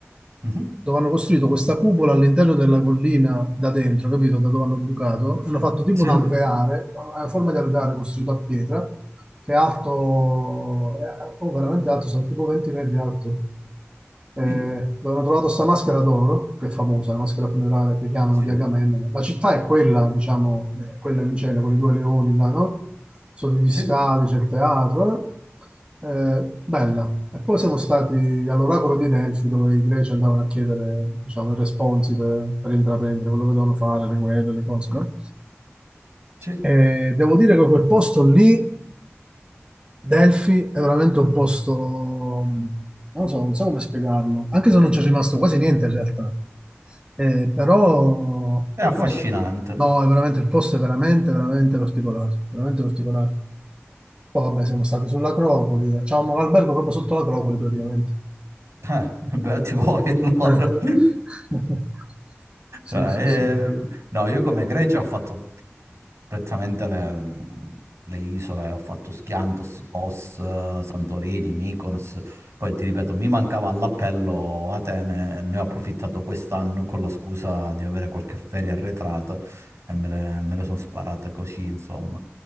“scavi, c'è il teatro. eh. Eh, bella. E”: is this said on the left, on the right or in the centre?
Right